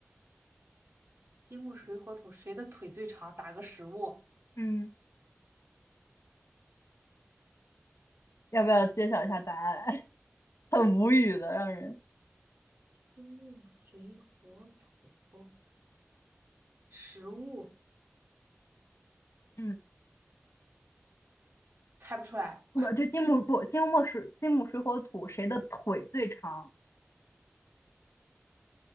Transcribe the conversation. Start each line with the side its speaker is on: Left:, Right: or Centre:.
Right: 金木水火土，谁的腿最长？打个食物，
Left: 嗯，要不要揭晓一下答案？很无语的，让人，
Right: 金木水火土，食物。
Left: 嗯
Right: 猜不出来。
Left: 不就金木不金木水金木水火土，谁的腿最长？